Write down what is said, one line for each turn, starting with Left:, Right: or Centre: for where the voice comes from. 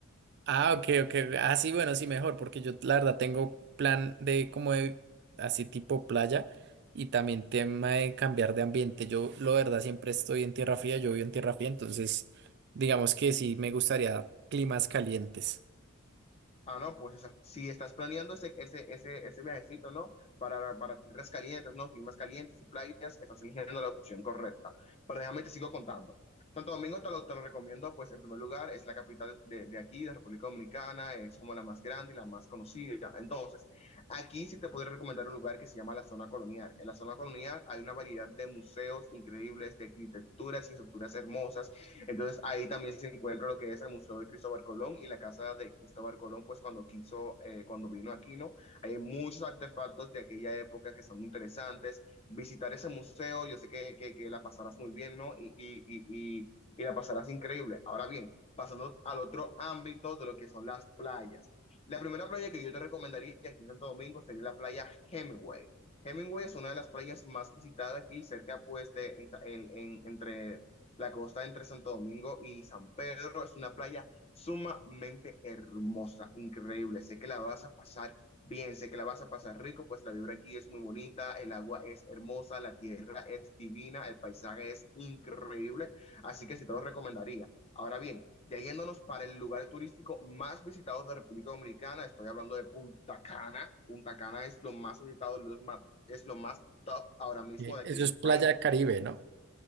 Right: Ah, ok, ok. Ah, sí, bueno, sí, mejor, porque yo la verdad tengo plan de como de así tipo playa y también tema de cambiar de ambiente. Yo, la verdad, siempre estoy en tierra fría, yo vivo en tierra fría, entonces digamos que sí me gustaría climas calientes.
Left: Ah, no, pues o sea, si estás planeando ese, ese, ese, ese viajecito, ¿no? Para, para tierras calientes, ¿no? Climas calientes y playas, estás eligiendo la opción correcta. Pero déjame te sigo contando. Santo Domingo te lo, te lo recomiendo, pues en primer lugar, es la capital de, de aquí, de República Dominicana, es como la más grande y la más conocida. Entonces, aquí sí te podría recomendar un lugar que se llama la zona colonial. En la zona colonial hay una variedad de museos increíbles, de arquitecturas y estructuras hermosas entonces ahí también se encuentra lo que es el Museo de Cristóbal Colón y la casa de Cristóbal Colón, pues cuando quiso, eh, cuando vino aquí, ¿no? Hay muchos artefactos de aquella época que son interesantes. Visitar ese museo, yo sé que, que, que la pasarás muy bien, ¿no? Y, y, y, y, y la pasarás increíble. Ahora bien, pasando al otro ámbito de lo que son las playas. La primera playa que yo te recomendaría aquí en Santo Domingo sería la playa Hemingway. Hemingway es una de las playas más visitadas aquí, cerca pues de, en, en, entre la costa entre Santo Domingo y San Pedro es una playa sumamente hermosa, increíble. Sé que la vas a pasar bien, sé que la vas a pasar rico, pues la vibra aquí es muy bonita, el agua es hermosa, la tierra es divina, el paisaje es increíble, así que sí te lo recomendaría. Ahora bien, ya yéndonos para el lugar turístico más visitado de República Dominicana, estoy hablando de Punta Cana. Punta Cana es lo más visitado, lo más, es lo más top ahora mismo
Right: Y
Left: de
Right: Eso
Left: aquí de
Right: es
Left: mi
Right: Playa
Left: país.
Right: Caribe, ¿no?